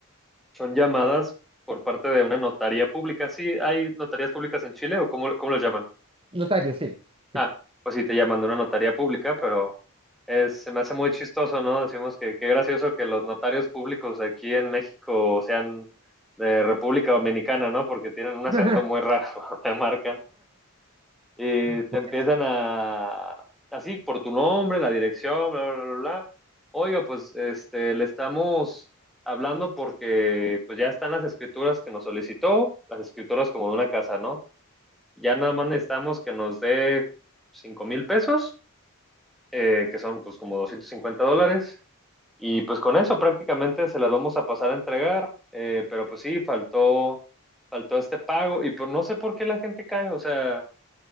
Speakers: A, in the centre; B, on the right (about 25°).
A: son llamadas por parte de una notaría pública. ¿Sí hay notarías públicas en Chile o cómo, cómo lo llaman?
B: notario, sí. sí.
A: Ah, pues sí, te llaman de una notaría pública, pero es, se me hace muy chistoso, ¿no? Decimos que qué gracioso que los notarios públicos aquí en México sean de República Dominicana, ¿no? Porque tienen un
B: <laughs>
A: acento muy raro, <laughs> te marcan. Y te
B: Puede
A: empiezan
B: ser.
A: a, así, por tu nombre, la dirección, bla, bla, bla, bla. Oiga, pues este, le estamos hablando porque pues ya están las escrituras que nos solicitó, las escrituras como de una casa, ¿no? Ya nada más necesitamos que nos dé cinco mil pesos, eh, que son pues como 250 dólares. Y pues con eso prácticamente se las vamos a pasar a entregar. eh, pero pues sí, faltó, faltó este pago. Y pues no sé por qué la gente cae. O sea,